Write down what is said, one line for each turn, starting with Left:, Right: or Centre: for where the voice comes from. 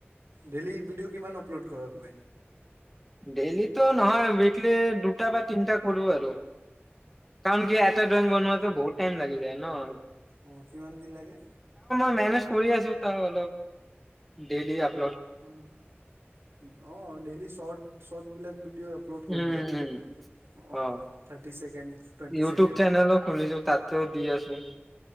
Right: ডেইলী বিডিঅ কিমান অপলোড কৰা তুমি।
Centre: ডেইলিতো নহয় উইকলি দুটা বা তিনিটা কৰোঁ আৰু। কাৰণ কি এটা ড্ৰইং বনোৱাটো বহুতটাইম লাগি যায়। ন।
Right: অঁহ ', কিমান দিন লাগে?
Centre: অহ ',
Right: অহ ',- অহ ', ডেইলী শৰ্ট শৰ্ট বিলাক। দিয়া আপলোড কৰি
Centre: উম
Right: দিয়া অঁহ
Centre: উম। অ'।
Right: ', থাৰ ছেকেণ্ড টুৱেণ্টি
Centre: ইউটিউব
Right: ছেকেণ্ড
Centre: চেনেলো খুলিছো তাতও দি আছো। উম ',